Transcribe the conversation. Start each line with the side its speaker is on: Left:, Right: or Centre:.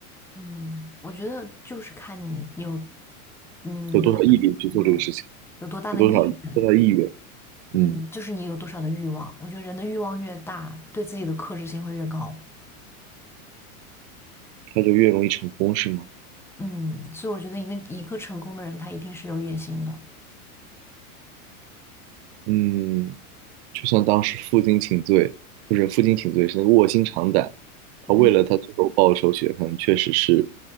Centre: 嗯，我觉得就是看你有，嗯，
Right: 有多少毅力去做这个事情，
Centre: 有多大的意愿，有多大的意愿，
Right: 有多少多大意愿，嗯，
Centre: 嗯，就是你有多少的欲望。我觉得人的欲望越大，对自己的克制性会越高。
Right: 它就越容易成功，是吗？
Centre: 嗯，所以我觉得一个一个成功的人，他一定是有野心的。
Right: 嗯，就像当时负荆请罪，不是负荆请罪，是那个卧薪尝胆。他为了他最后报仇雪恨，
Centre: 嗯，
Right: 确实是